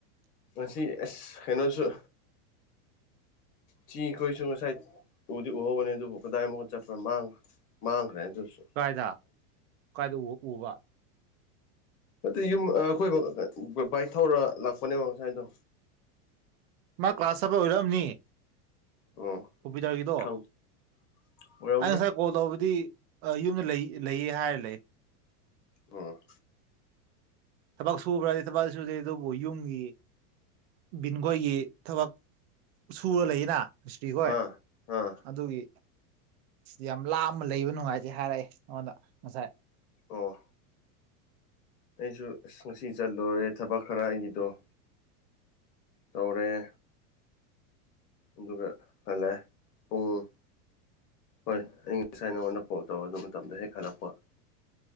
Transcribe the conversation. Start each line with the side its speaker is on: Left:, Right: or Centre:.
Left: ꯉꯁꯤ ꯑꯁ ꯀꯩꯅꯣꯁꯨ ꯆꯤ ꯀꯣꯏꯁꯨ ꯉꯁꯥꯏ ꯎꯗꯤ ꯎꯍꯧꯕꯅꯦ ꯑꯗꯨꯕꯨ ꯀꯗꯥꯏ ꯑꯃꯨꯛꯀ ꯆꯠꯄ꯭ꯔꯣ ꯃꯥꯡꯕ꯭ꯔꯣ ꯃꯥꯡꯒꯈ꯭ꯔꯦ ꯇꯁꯨ
Right: ꯀꯥꯏꯗ ꯀꯥꯏꯗ ꯎꯕ
Left: ꯑꯗꯨ ꯌꯨꯝ ꯑꯩꯈꯣꯏ ꯕꯥꯏꯛ ꯊꯧꯔ ꯂꯥꯛꯄꯅꯦꯕ ꯉꯁꯥꯏꯅꯗꯣ
Right: ꯃꯥ ꯀ꯭ꯂꯥꯁ <unintelligible> ꯑꯣꯏꯔꯛꯑꯝꯅꯤ <unintelligible>
Left: ꯎꯝ ꯈꯪ <unintelligible>
Right: ꯑꯩ ꯉꯁꯥꯏ ꯀꯣꯜ ꯇꯧꯕꯗꯤ ꯑꯩ ꯌꯨꯝꯗ ꯂꯩ ꯂꯩꯌꯦ ꯍꯥꯏꯔ ꯂꯩ ꯫
Left: ꯎꯝ
Right: ꯊꯕꯛ ꯁꯨꯕ꯭ꯔꯗꯤ ꯊꯕꯛ ꯁꯨꯗꯦ ꯑꯗꯨꯕꯨ ꯌꯨꯝꯒꯤ ꯕꯤꯟꯈꯣꯏꯒꯤ ꯊꯕꯛ ꯁꯨꯔ ꯂꯩꯌꯦꯅ ꯃꯤꯁꯇ꯭ꯔꯤꯈꯣꯏ
Left: ꯑꯥ ꯑꯥ
Right: ꯑꯗꯨꯒꯤ ꯌꯥꯝ ꯂꯥꯞꯅ ꯂꯩꯕ ꯅꯨꯡꯉꯥꯏꯇ‌ꯦ ꯍꯥꯏꯔꯛꯑꯦ ꯑꯩꯉꯣꯟꯗ ꯉꯁꯥꯏ ꯫
Left: ꯑꯥ ꯑꯩꯁꯨ ꯑꯁ ꯉꯁꯤ ꯆꯠꯂꯨꯔꯦ ꯊꯕꯛ ꯈꯔ ꯑꯩꯒꯤꯗꯣ ꯫ ꯇꯧꯔꯦ ꯑꯗꯨꯒ ꯍꯜꯂꯦ ꯄꯨꯡ ꯍꯣꯏ ꯑꯩ ꯉꯁꯥꯏ ꯅꯉꯣꯟꯗ ꯐꯣꯟ ꯇꯧꯔ‍ꯦ ꯑꯗꯨ ꯃꯇꯝꯗ ꯍꯦꯛ ꯍꯜꯂꯛꯄ